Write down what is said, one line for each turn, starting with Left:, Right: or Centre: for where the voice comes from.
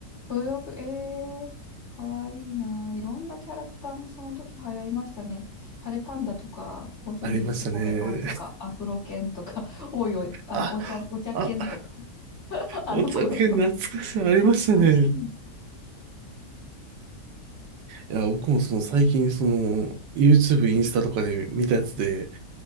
Left: ブログ、えー、かわいいなあ。いろんなキャラクターもその時流行りましたね。タレパンダとか、ご存知ですかコゲパンとか、
Right: ありましたね。
Left: アフロ犬とか、<laughs> おいおい、あの、
Right: あ、
Left: お茶、お茶犬とか、
Right: あ、
Left: <laughs> あの頃の。
Right: お酒懐かしい、ありましたね。
Left: 懐かしい。
Right: いや、僕もその最近、その、YouTube、インスタとかで見たやつで、